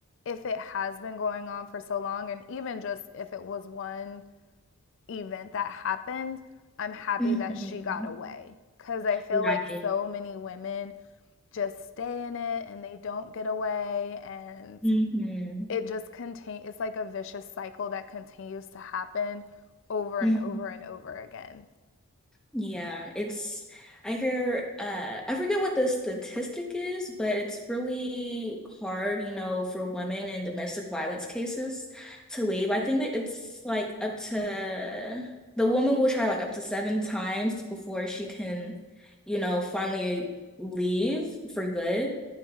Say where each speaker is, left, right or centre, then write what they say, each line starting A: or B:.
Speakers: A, on the left; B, in the centre.
A: if it has been going on for so long, and even just if it was one event that happened, I'm happy
B: Mhm.
A: that she got away. Because I feel
B: Right.
A: like so many women just stay in it and they don't get away. And
B: hmm
A: it just continues, it's like a vicious cycle that continues to happen over
B: hmm
A: and over and over again.
B: Yeah, it's I hear uh I forget what the statistic is, but it's really hard, you know, for women in domestic violence cases to leave. I think that it's like up to the woman will try like up to seven times before she can, you know, finally leave for good.